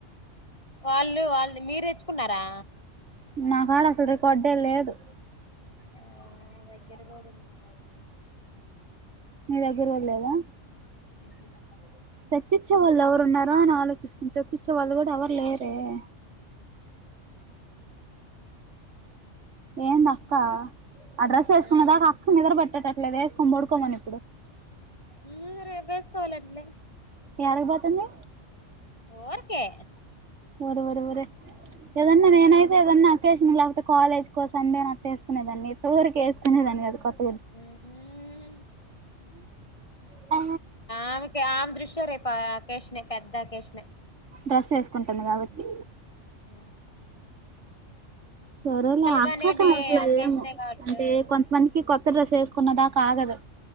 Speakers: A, on the left (about 25°); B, on the right (about 70°).
A: వాళ్ళు వాళ్ళది, మీర్ దేచ్చుకున్నారా.
B: నా కాడ అసలే గొడ్డల లేదు
A: ఆ దగ్గర కూడా ఉంది లేదు మే
B: మీ దగ్గర కూడా లేదా
A: ఆహా
B: తెచ్చి ఇచ్చే వాళ్ళు ఎవరున్నారో అని ఆలోచిస్తుంటది వాళ్ళు ఎవరూ లేరే ఏ ఏంది అక్క ఆ అడ్రస్ ఏసుకునేదాకా
A: ఉమ్
B: అక్కకు నిద్ర పెట్టట ఆది ఎసుకొని పడుకోమను ఇప్పుడు
A: యూ రేపు ఎసుకోవాలి అట్లే
B: యాడకి పోతుంది
A: ఉరికే
B: ఒరే ఒరే ఒరేయ్ ఏదన్నా నేనైతే ఏదన్నా అకేషన్ లేకపోతే కాలేజ్ కో సండే నట్ట వేసుకునే దాన్ని ఇత ఊరికే వేసుకునేదాని కాదు కొత్
A: ఉహూ
B: ఆ
A: ఆమెకి ఆమె దృష్టిలో రేపు ఆ అకేషన్ నే పేద్ద అకేషన్ నే
B: డ్రెస్ వేసుకుంటుంది కాబట్టి
A: ఉ
B: సరే లే అక్క
A: గానే
B: సాలసలే
A: మే అకేషనే
B: ఏమో
A: కాబట్టి
B: అంటే కొంతమందికి కొ కొత్త డ్రెస్ వేసుకునే దాకా ఆగదు